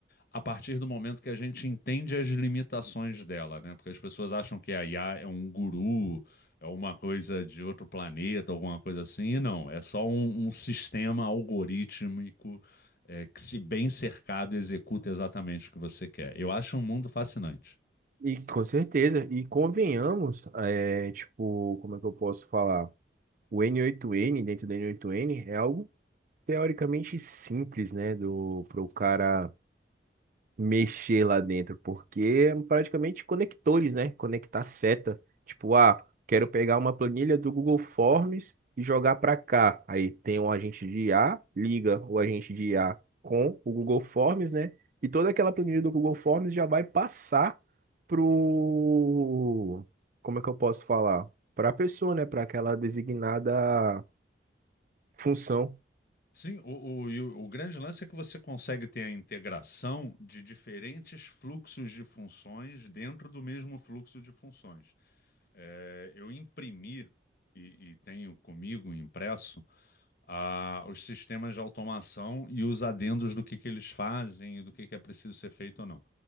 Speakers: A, on the left; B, on the right.
A: a partir do momento que a gente entende as limitações dela, né? Porque as pessoas acham que a IA é um guru, é uma coisa de outro planeta, alguma coisa assim, e não, é só um, um sistema algorítmico é, que, se bem cercado, executa exatamente o que você quer. Eu acho um mundo fascinante.
B: E com certeza, e convenhamos, é, tipo, como é que eu posso falar? O N8N, dentro do N8N, é algo teoricamente simples, né, do para o cara mexer lá dentro, porque é praticamente conectores, né? Conectar seta, tipo, ah, quero pegar uma planilha do Google Forms e jogar para cá. Aí tem um agente de I a liga o agente de I a com o Google Forms, né? E toda aquela planilha do Google Forms já vai passar pro, como é que eu posso falar? Para a pessoa, né? Para aquela designada função.
A: Sim, o, o, e o- o grande lance é que você consegue ter a integração de diferentes fluxos de funções dentro do mesmo fluxo de funções. É, eu imprimi e, e tenho comigo impresso ah, os sistemas de automação e os adendos do que, que eles fazem e do que, que é preciso ser feito ou não.